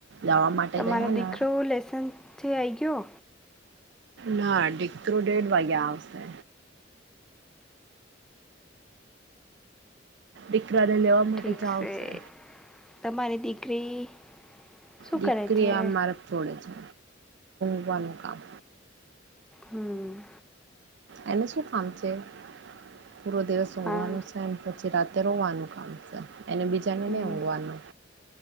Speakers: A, on the right (about 65°); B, in the centre.
A: લાવવા માટે
B: તમા
A: ગયા
B: મરેબ દખ
A: ને
B: લ્યો લેસન્સ જે આ આવી ગયો.
A: નાકેડ વાગ્યા, આવશે દીકરાને લેવા, માટે
B: ઠીક
A: જાવશે.
B: છે તમારી દીકરી શું
A: દીકરી
B: કરે છે
A: આ મારેફ છોડે છે, ઘવાનું કામ
B: હમ્મ
A: એનું શું કામ છે, પૂરો દિવસ ઉંઘવાનું
B: હા
A: છે, પછી રા રોવાનું કામ છે. એને બીજાને
B: હમ
A: નહી, હોઘવાનું